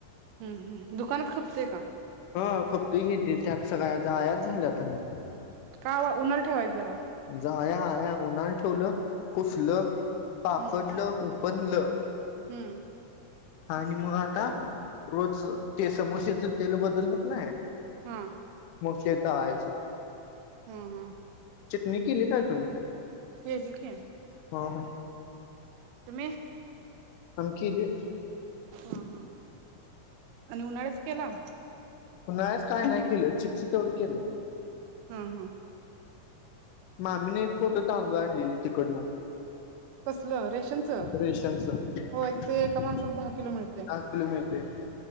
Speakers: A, on the right; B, on the left.
A: हु हु दुकानात खपतय का?
B: हो खपतय की त्यात सगळ्या जाळ्याचं झाल्यात आणि --
A: का वा उन्हाला ठेवायच जरा.
B: जाळ्या आळ्या उन्हाला ठेवलं पुसलं. पाकडल
A: हम्म
B: उ पण ल
A: हम्म.
B: आणि मग आता रोज अ ते समोश्याच तेल बदलत नाय.
A: हा.
B: मोसे तळायचं
A: हम् हम्.
B: चटणी केली काय तुम्ही?
A: केली की.
B: हं हं.
A: तुमी.
B: आम्ही केलं.
A: हा हा आणि उन्हाळ्याच केलं.
B: उन्हाळ्याचं काय नाही केलं चिप्स तेवढ केलं.
A: हम्म हम्.
B: मामीने एक पोत तांदूळ आणलेली तिकंड
A: कसलं रेशनच
B: रेशनच दहा
A: होय तिथे एका माणसाला किलो मिळते
B: किलो मिळतंय.